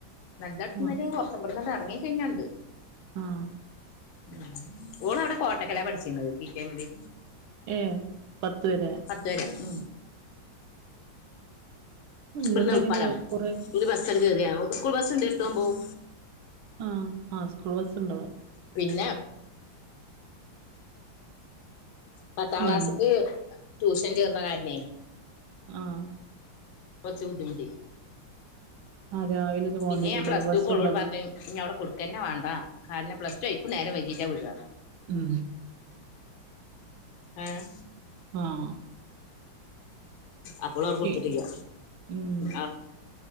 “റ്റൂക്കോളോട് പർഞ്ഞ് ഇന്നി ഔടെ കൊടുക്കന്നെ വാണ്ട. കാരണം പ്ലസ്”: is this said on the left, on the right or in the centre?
Left